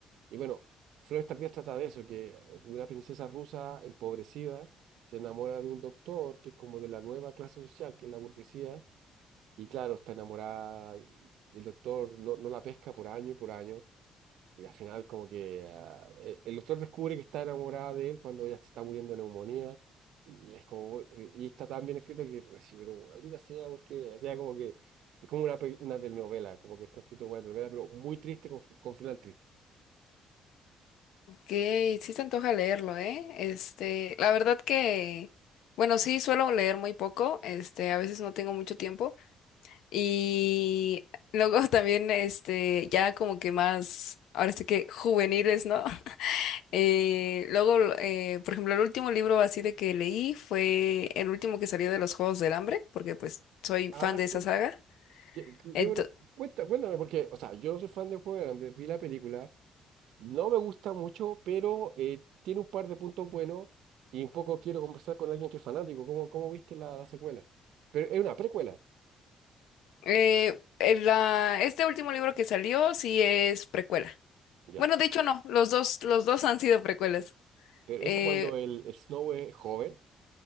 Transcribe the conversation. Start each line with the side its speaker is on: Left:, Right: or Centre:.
Right: Y bueno, Flores Tardías trata de eso, que eh, una princesa rusa empobrecida se enamora de un doctor que es como de la nueva clase social, que es la burguesía, y claro, está enamorada y el doctor no, no la pesca por año y por año, y al final como que ah, e- el doctor descubre que está enamorada de él cuando ella se está muriendo de neumonía, y es como, y está tan bien escrito que, pero, sí, pero maldita sea, porque, o sea, como que es como una, pe- una telenovela, como que está escrito como una telenovela, pero muy triste, con, con final triste.
Left: Ok, sí se antoja leerlo, ¿eh? Este, la verdad que, bueno, sí suelo leer muy poco, este, a veces no tengo mucho tiempo. Y luego <laughs> también, este, ya como que más, ahora sí que juveniles, ¿no? <laughs> Eh, luego, eh, por ejemplo, el último libro así de que leí fue el último que salió de los Juegos del Hambre, porque pues soy
Right: Ah,
Left: fan de
Right: sí,
Left: esa saga.
Right: Qué, qué-
Left: Ento-
Right: qué bueno, cuenta, cuéntame, porque, o sea, yo no soy fan del Juego del Hambre, vi la película, no me gusta mucho, pero eh, tiene un par de puntos buenos y un poco quiero conversar con alguien que es fanático, ¿cómo, cómo viste la, la secuela? Pero es una precuela,
Left: Eh, el, ah, este último libro que salió sí es precuela.
Right: ya,
Left: Bueno, de hecho no, los dos, los dos han sido precuelas.
Right: pero
Left: Eh,
Right: esa cuando el, el Snow es joven,